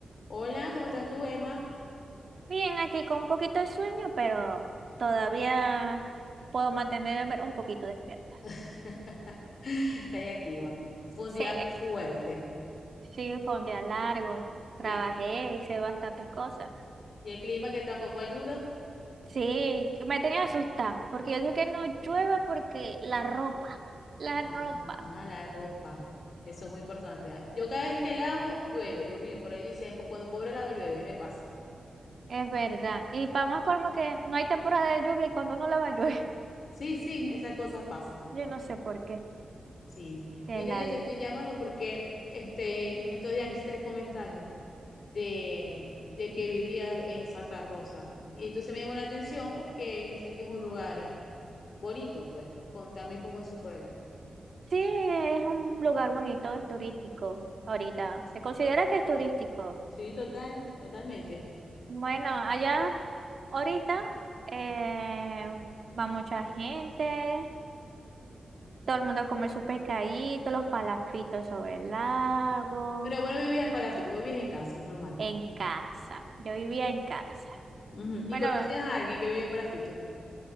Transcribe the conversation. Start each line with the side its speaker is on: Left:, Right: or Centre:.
Left: Hola, ¿cómo estás tú, Emma?
Right: Bien, aquí con un poquito de sueño, pero todavía puedo mantenerme un poquito despierta.
Left: <laughs> Está ahí activa. Fue un
Right: Sí,
Left: día fuerte.
Right: sí, fue un día largo, trabajé,
Left: Y el, cli-
Right: hice bastantes cosas.
Left: y el clima que tampoco ayuda.
Right: Sí, me tenía asustada, porque yo dije que no llueva porque la ropa, la
Left: Ah,
Right: ropa,
Left: ah, la ropa. Eso es muy importante. Ay, Yo cada vez que lavo, llueve. Dios mío, por ahí dicen, "Pues cuando pobre lava, llueve. A mí me pasa.
Right: es verdad. Y para más como que no hay temporada de lluvia y cuando no lava llueve,
Left: Sí, sí, esas cosas pasan.
Right: <laughs> yo no sé por qué,
Left: Sí.
Right: que
Left: Mira,
Right: es la
Left: yo te
Right: vida.
Left: estoy llamando porque este, en estos días me hiciste el comentario de, de que vivía en Santa Rosa. Y entonces me llamó la atención porque sé que es un lugar. Bonito, pues. Contame cómo eso es por allá.
Right: Sí, es un lugar bonito, es turístico ahorita. Se considera que es turístico.
Left: Sí, total, totalmente.
Right: Bueno, allá ahorita eh, va mucha gente, todo el mundo a comer sus pescaditos, los palafitos sobre el lago,
Left: Pero bueno, vivías en Palafito, vivías en casa, normal.
Right: en casa. Yo vivía en casa.
Left: Ujú, Y
Right: Bueno,
Left: conocías
Right: ve-
Left: a alguien que vive en Palafito.